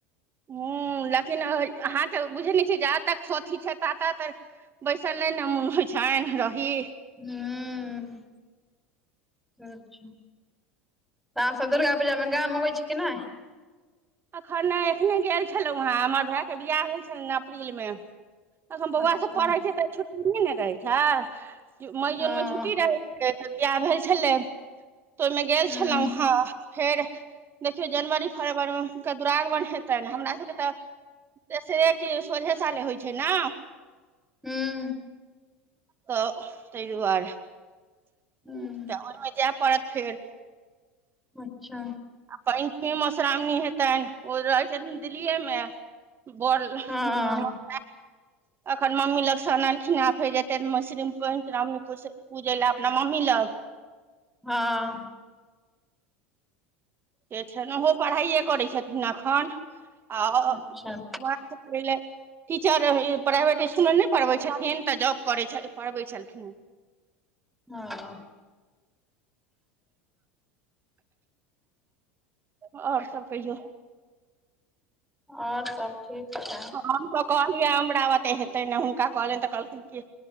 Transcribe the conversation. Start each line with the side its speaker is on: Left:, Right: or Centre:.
Right: हं लेकिन अहाँ त बुझै नहि छियै जा तक थोथी छै ता तक बैसल नहि ने मोन होइ छैन रही।
Centre: हूं। अच्छा तऽ अहाँ सब दुर्गा पूजामे गाम अबै छी कि नहि।
Right: एखन नै, एखने गेल छलहुँ हैं हमर भायके बियाह भेल छलनि अप्रील मे। अखन बौआ
Centre: अच्छा
Right: सब पढ़ै छै ते छुट्टी नै न रहे छै, मई
Centre: हँ
Right: जून में छुट्टी रहै तऽ बिआह भेल छलै तऽ ओहिमे गेल
Centre: हूँ
Right: छलहुँ हँ। फेर देखियौ जनवरी फरवरी मे हुनका दुरागमन हेतैन, हमरा सभके तऽ तेसरे कि सोझे साले होइ छै ने।
Centre: हुं
Right: तऽ ताहि दुआरे तऽ
Centre: हूँ
Right: सावन मे जाय पड़त फिर।
Centre: अच्छा
Right: आ पहिलकी मधुश्रावणी हेतैन ओ रहैत छथिन दिल्लीए मे। बड
Centre: हँ
Right: लोग में अखन मम्मी लग स अनलखिन हं, फेर जेते मसरी में मधुश्रावणी पुर पूजय लए अपना मम्मी लग।
Centre: हाँ
Right: से छै ने ओहो पढ़ाइए करै छथिन एखन आ
Centre: अच्छा
Right: पहिले टीचर इ प्राइवेट इसकुलमे नहि पढ़बै छथिन, तऽ जॉब करै छै। पढ़बै छलखिन।
Centre: हाँ
Right: और सब कहियौ?
Centre: और सब ठीक छै।
Right: हम तऽ कहलियै, हमरा बूते हेतै ने हुनका कहलियनि तऽ कहलखिन कि